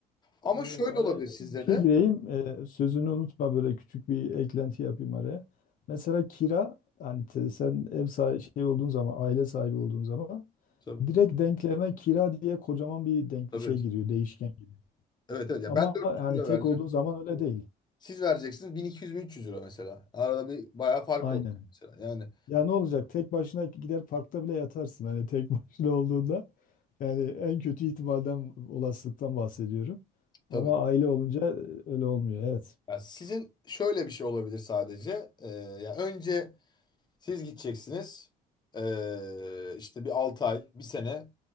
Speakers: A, on the left (about 25°); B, on the left (about 55°).
A: Ama
B: Evet,
A: şöyle
B: araya
A: olabilir
B: küçük
A: sizde
B: bir şey
A: de.
B: gireyim. Ee, sözünü unutma böyle küçük bir eklenti yapayım araya. Mesela kira hani te- sen ev sahibi şey olduğun zaman, aile sahibi olduğun zaman
A: Tabii.
B: direkt denkleme kira diye kocaman bir denk
A: Tabii.
B: şey giriyor, değişken giriyor.
A: Evet evet. Ya
B: Ama
A: ben 400
B: hani
A: euro
B: tek
A: vereceğim.
B: olduğun zaman öyle değil.
A: Siz vereceksiniz 1200-1300 euro mesela. Arada bir bayağı fark
B: Aynen.
A: oldu mesela. Yani
B: Ya ne olacak? Tek başına gider parkta bile yatarsın hani tek <laughs> başına olduğunda. Yani en kötü ihtimalden, olasılıktan bahsediyorum.
A: tabii.
B: Ama aile olunca e, öyle olmuyor. Evet.
A: Ya sizin şöyle bir şey olabilir sadece. Ee, ya önce siz gideceksiniz. Ee, işte bir 6 ay, bir sene.